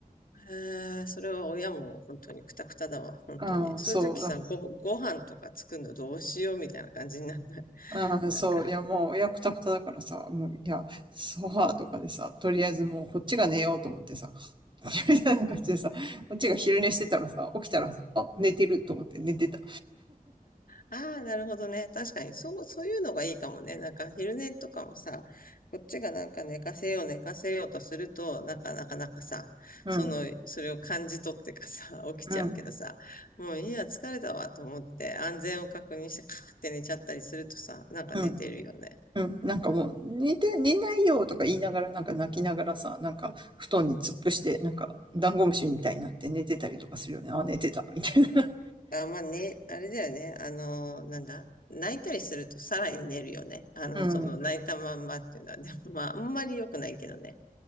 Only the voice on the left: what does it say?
へえ、それは親も本当にクタクタだわ、本当に。
そういう時さ、
ご、ご飯とか作るのどうしようみたいな感じになんない。
なんか
ああ、なるほどね。確かに、そう、そういうのがいいかもね。なんか、昼寝とかもさ、こっちがなんか寝かせよう、寝かせようとすると、なんか、なかなかさ、
その、それを感じ取ってかさ、<laughs> 起きちゃうけどさ、
もういいや、疲れたわと思って、安全を確認して、カーって寝ちゃったりするとさ、なんか寝てるよね。
あ、まあね、あれだよね。あのなんだ。泣いたりするとさらに寝るよね。あの、
その泣いたまんまっていうのは、でもまあ、あんまり良くないけどね。